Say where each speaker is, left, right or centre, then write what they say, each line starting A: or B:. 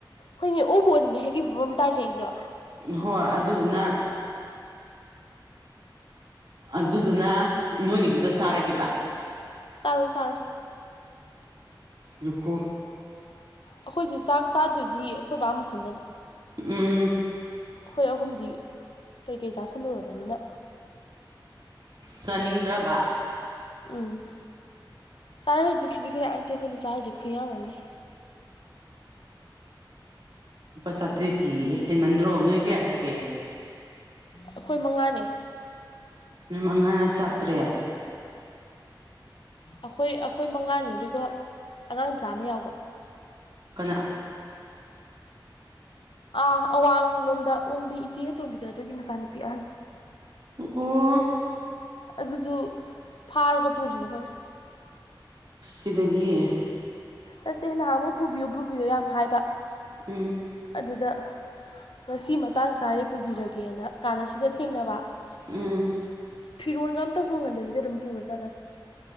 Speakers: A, on the left; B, on the right.
A: ꯍꯣꯏꯅꯦ ꯎꯕꯣꯠꯅꯤꯅꯦ ꯍꯥꯏꯈꯤꯕ ꯃꯝ ꯇꯥꯏꯅꯦ ꯑꯩꯁꯨ
B: ꯍꯣꯏ ꯑꯗꯨꯗꯨꯅ ꯑꯗꯨꯗꯨꯅ ꯅꯣꯏꯒꯤꯗꯨꯗ ꯆꯥꯔꯦꯕ
A: ꯁꯔꯣ ꯁꯔꯣ
B: ꯔꯨꯀꯣ
A: ꯑꯩꯈꯣꯏꯁꯨ ꯆꯥꯛ ꯆꯥꯗꯣꯏꯗꯤ ꯑꯩꯈꯣꯏ ꯕꯥ ꯃꯊꯟꯗꯅꯤ
B: ꯎꯝ
A: ꯑꯩꯈꯣꯏ ꯑꯍꯨꯝꯗꯤ ꯀꯩꯀꯩ ꯆꯥꯁꯜꯂꯨꯔꯕꯅꯤꯅ
B: ꯆꯅꯤꯡ ꯗꯕ
A: ꯎꯝ ꯆꯥꯔꯁꯤ ꯈꯤꯖꯤꯛ ꯈꯔ ꯉꯥꯛꯇꯦ ꯑꯩꯈꯣꯏꯅ ꯆꯥꯔꯤꯁꯦ ꯈꯨꯌꯥꯃꯝꯅꯦ ꯎꯝ
B: ꯄꯥ ꯁꯥꯇꯔꯤ ꯀ ꯍꯦꯃꯗ꯭ꯔꯣ ꯅ ꯀꯌꯥ ꯁꯀꯦ
A: ꯑꯩꯈꯣꯏ ꯃꯉꯥꯅꯤ
B: ꯅꯣꯏ ꯃꯉꯥꯅ ꯆꯥꯇ꯭ꯔꯦꯠ
A: ꯑꯩꯈꯣꯏ ꯑꯩꯈꯣꯏ ꯃꯉꯥꯅꯤ ꯑꯗꯨꯒ ꯑꯉꯥꯡꯆꯥꯥꯃ ꯌꯥꯎꯕ
B: ꯀꯗꯥ
A: ꯑꯥ ꯑꯋꯥꯡꯂꯣꯝꯗ ꯑꯣꯡꯕꯤ ꯏꯆꯦ ꯑꯇꯣꯝꯕꯤꯗꯣ ꯑꯗꯨꯒꯤ ꯃꯆꯥꯅꯨꯄꯤ ꯑꯍꯟꯗꯣ
B: ꯑꯣ
A: ꯑꯗꯨꯁꯨ ꯐꯥꯔꯒ ꯄꯨꯔꯤꯅꯦ ꯑꯩꯈꯣꯏꯅ
B: ꯁꯤꯗꯒ
A: ꯅꯠꯇꯦ ꯅꯍꯥꯟ ꯑꯃꯨꯛ ꯄꯨꯕꯤꯌꯨ ꯄꯨꯕꯤꯌꯣ ꯌꯥꯝ ꯍꯥꯏꯕ
B: ꯎꯝ
A: ꯑꯗꯨꯗ ꯉꯁꯤ ꯃꯇꯥꯡ ꯆꯥꯔꯦ ꯄꯨꯕꯤꯔꯒꯦꯅ ꯀꯥꯟꯅ ꯁꯤꯗ ꯊꯦꯡꯅꯕ
B: ꯎꯝ
A: ꯐꯤꯔꯣꯟꯒ ꯑꯝꯇ ꯍꯣꯡꯍꯟꯗꯕꯤꯗ ꯑꯗꯨꯝ ꯄꯨꯔ ꯆꯠꯂꯒꯦ